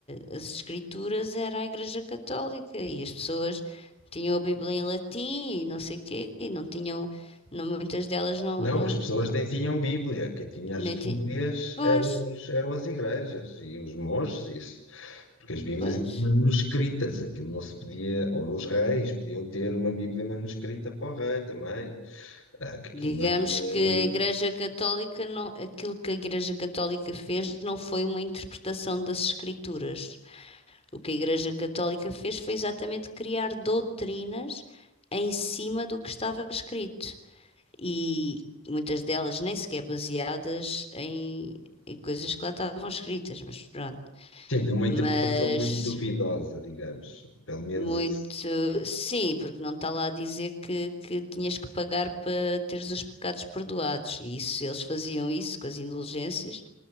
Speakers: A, on the left; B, on the left.
A: as escrituras era a Igreja Católica e as pessoas tinham a Bíblia em latim e não sei quê, e não tinham, não- muitas delas não,
B: Não,
A: não-
B: as pessoas
A: não-
B: nem tinham Bíblia, quem tinha
A: nem,
B: as Bíblias
A: ti- Pois,
B: eram, os- eram as igrejas e os monges, isso. Porque as Bíblias
A: pois.
B: eram manuscritas, aquilo não se podia, ou os reis podiam ter uma Bíblia manuscrita para o rei também, Ah, que aquilo
A: Digamos
B: não era,
A: que a Igreja Católica não, aquilo que a Igreja Católica fez não foi uma interpretação das Escrituras. O que a Igreja Católica fez foi exatamente criar doutrinas em cima do que estava escrito. E muitas delas nem sequer baseadas em, em coisas que lá estavam escritas, mas pronto.
B: tendo uma
A: Mas
B: interpretação muito duvidosa, digamos, pelo menos
A: Muito,
B: isso.
A: sim, porque não está lá a dizer que, que tinhas que pagar para teres os pecados perdoados. E isso, eles faziam isso com as indulgências,